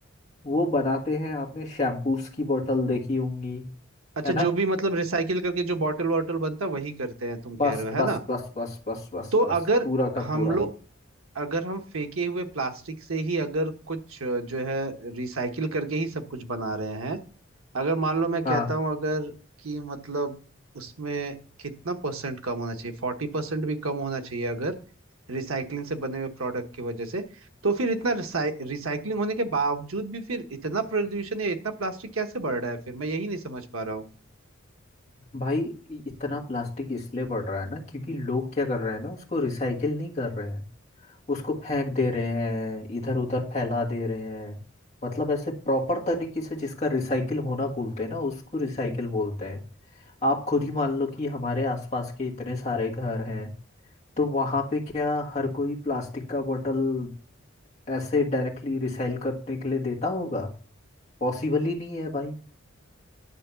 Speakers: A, on the left; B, on the right.
A: वो बनाते हैं आपने शैम्पूस की बोतल देखी होंगी
B: अच्छा
A: है ना
B: जो भी मतलब रिसाइकिल करके जो बॉटल वॉटल बनता है वही करते हैं तुम
A: बस
B: कह रहे हो है
A: बस
B: ना
A: बस बस बस बस
B: तो
A: बस
B: अगर
A: पूरा का
B: हम
A: पूरा
B: लोग अगर हम फेंके हुए प्लास्टिक से ही अगर कुछ अ, जो है रिसाइकिल करके ही सब कुछ बना रहे हैं अगर मान लो मैं कहता
A: हाँ
B: हूँ अगर कि मतलब उसमें कितना परसेंट कम होना चाहिए फोर्टी परसेंट भी कम होना चाहिए अगर रिसाइकलिंग से बने हुए प्रोडक्ट की वजह से तो फिर इतना रिसाइकलिंग होने के बावजूद भी फिर इतना प्रदूषण या इतना प्लास्टिक कैसे बढ़ रहा है फिर मैं यही नहीं समझ पा रहा हूँ
A: भाई इ- इतना प्लास्टिक इसलिए बढ़ रहा है ना क्योंकि लोग क्या कर रहे हैं ना उसको रिसाइकिल नहीं कर रहे हैं उसको फेंक दे रहे हैं इधर उधर फैला दे रहे हैं मतलब ऐसे प्रॉपर तरीके से जिसका रिसाइकिल होना बोलते हैं ना उसको रिसाइकिल बोलते हैं आप खुद ही मान लो कि हमारे आसपास के इतने सारे घर हैं तो वहाँ पे क्या हर कोई प्लास्टिक का बोतल ऐसे डायरेक्टली रिसाइकिल करने के लिए देता होगा पॉसिबल ही नहीं है भाई